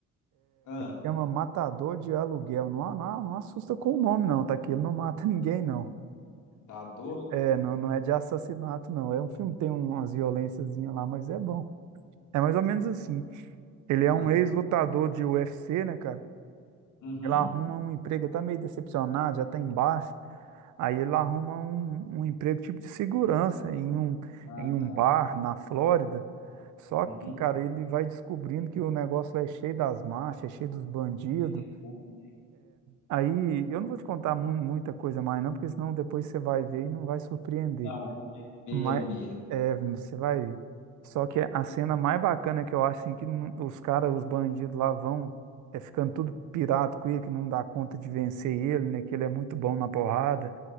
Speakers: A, on the left; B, on the right.
A: Ah,
B: chama Matador de Aluguel. Não, não, não assusta com o nome, não, tá? Que ele não mata <laughs> ninguém, não.
A: tá doido?
B: É, não, não é de assassinato, não. É um filme que tem umas violênciazinhas lá, mas é bom. É mais ou menos assim. Ele
A: Ah,
B: é um ex-lutador de UFC, né, cara?
A: uhum.
B: Ele arruma um emprego, tá meio decepcionado, já tá embaixo. Aí ele arruma um, um emprego tipo de segurança em um,
A: Ah,
B: em um
A: tá.
B: bar na Flórida. Só
A: Uhum.
B: que, cara, ele vai descobrindo que o negócio lá é cheio das máfias, é cheio dos bandidos.
A: Cheio de gol, né?
B: Aí eu não vou te contar mu- muita coisa mais, não, porque senão depois você vai ver e não vai surpreender.
A: Não, eu vou querer ver
B: Mas
A: ele mesmo.
B: é, você vai ver. Só que a cena mais bacana que eu acho assim, que não- os caras, os bandidos lá vão é ficando tudo pirado com ele, que não dá conta de vencer ele, né? Que ele é muito bom na porrada.